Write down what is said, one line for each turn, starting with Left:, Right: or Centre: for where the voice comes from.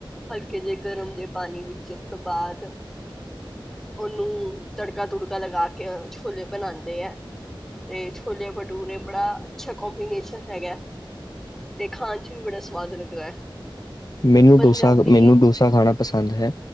Centre: ਹਲਕੇ ਜਿਹੇ ਗਰਮ ਜਿਹੇ ਪਾਣੀ ਵਿੱਚ ਬਾਅਦ ਉਹਨੂੰ ਤੜਕਾ ਤੜਕਾ ਲਗਾ ਕੇ ਛੌਲੇ ਬਣਾਉਂਦੇ ਹੈ ਤੇ ਛੋਲੇ ਭਟੂਰ ਬੜਾ ਅੱਛਾ ਕਬੀਨੇਸ਼ਨ ਹੈਗਾ ਤੇ ਖਾਣ ਚ ਵੀ ਬੜਾ ਸਵਾਦ ਲੱਗਦਾ ਹੈ
Left: ਮੈਨੂੰ
Centre: ਪੰਜਾਬੀ
Left: ਡੋਸਾ ਮੈਨੂੰ ਡੋਸਾ ਖਾਣਾ ਪਸੰਦ ਹੈ